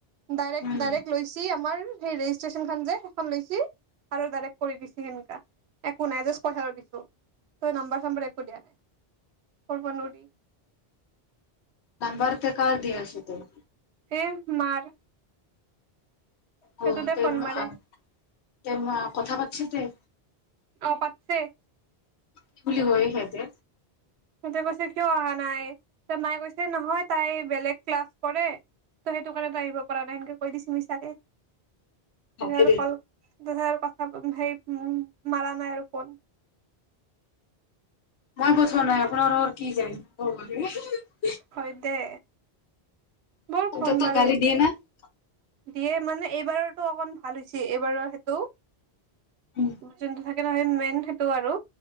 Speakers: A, on the right (about 80°); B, on the left (about 85°).
A: ডাইৰেক্ট,
B: উম
A: ডাইৰেক্ট লৈছি আমাৰ। সেই ৰেজিষ্ট্ৰেচনখন যে, সেইখন লৈছি আৰু ডাৰেক্ট কৰি দিছে। সেনেকা একো নাই জাষ্ট পইচাটো দিছোঁ। তই নাম্বাৰ, চাম্বাৰ একো দিয়া নাই, কৰিব নোৱাৰি।
B: নাম্বাৰতো কাৰ দিয়া আছে তোৰ?
A: এই, মাৰ। সেইটোতে
B: অ'! <unintelligible>
A: ফোন মাৰে
B: কথা পাতিছোঁ দেই।
A: অ পাতছে
B: কি বুলি কৈ সিঁহতে?
A: সিহঁতে কৈছে কিয় অহা নাই? ত' মায়ে কৈছে, নহয় তাই বেলেগ ক্লাছ কৰে। ত' সেইটো কাৰণে তাই আহিব পৰা নাই। সেনেকে কৈ দিছে মিছাঁকে।।
B: ভালে
A: দুহাৰ
B: দে
A: ক'ল দুহাৰ <unintelligible> সেই মোক মাৰা নাই আৰু ফোন।
B: মই পঠোৱা নাই, আপোনালোকৰ কি যায়।
A: হয় দে। বৰ
B: <unintelligible>
A: ফোন মাৰে
B: গালি দিয়ে না? <unintelligible>
A: দিয়ে মানে, এইবাৰটো অকমান ভাল হৈছে, এইবাৰৰ সেইটো।
B: উম
A: যোনটো থাক নহয়, মেইন সেইটো আৰু।